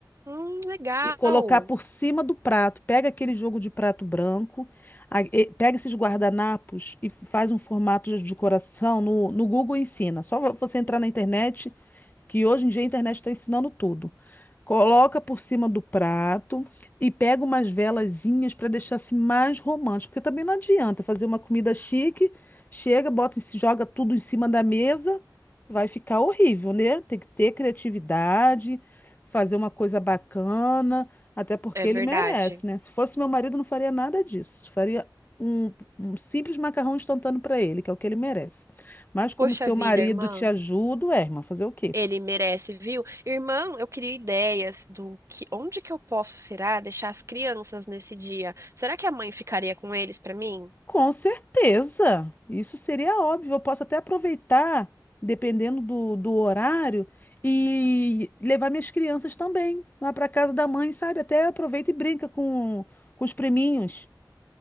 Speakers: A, on the right (about 40°); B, on the left (about 25°).
A: Hum, legal.
B: e colocar por cima do prato. Pega aquele jogo de prato branco, a- e- pega esses guardanapos e faz um formato de decoração no, no Google ensina. Só vo- você entrar na internet, que hoje em dia a internet está ensinando tudo. Coloca por cima do prato e pega umas velazinhas para deixar assim mais romântico, porque também não adianta fazer uma comida chique, chega, bota, em ci- joga tudo em cima da mesa, vai ficar horrível, né? Tem que ter criatividade, fazer uma coisa bacana, até porque
A: É verdade.
B: ele merece, né? Se fosse meu marido, não faria nada disso. Faria um, um simples macarrão instantâneo para ele, que é o que ele merece. Mas como
A: Poxa
B: seu
A: vida,
B: marido
A: irmã.
B: te ajuda, é, irmã, fazer o quê?
A: Ele merece, viu? Irmã, eu queria ideias do que, onde que eu posso, será, deixar as crianças nesse dia? Será que a mãe ficaria com eles pra mim?
B: Com certeza, isso seria óbvio. Eu posso até aproveitar, dependendo do, do horário, e levar minhas crianças também lá para casa da mãe, sabe? Até aproveita e brinca com, com os priminhos.